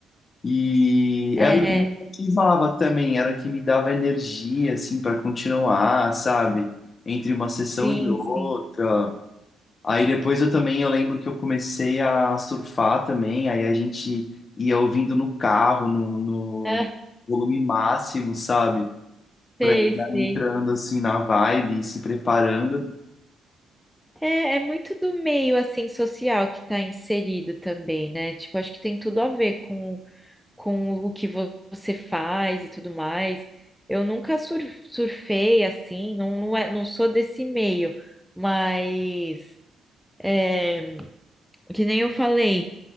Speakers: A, on the left; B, in the centre.
A: E
B: É,
A: era o que me motivava também, era o que me dava energia, assim, para continuar, sabe? Entre uma sessão
B: sim,
A: e outra.
B: sim.
A: Aí depois eu também, eu lembro que eu comecei a surfar também, aí a gente ia ouvindo no carro, no, no
B: É,
A: volume máximo, sabe?
B: sei,
A: Pra ir né, entrando
B: sei.
A: assim na vibe e se preparando.
B: É, é muito do meio assim social que está inserido também, né? Tipo, acho que tem tudo a ver com, com o que vo- você faz e tudo mais. Eu nunca sur surfei assim, não, não, é, não sou desse meio, mas é, que nem eu falei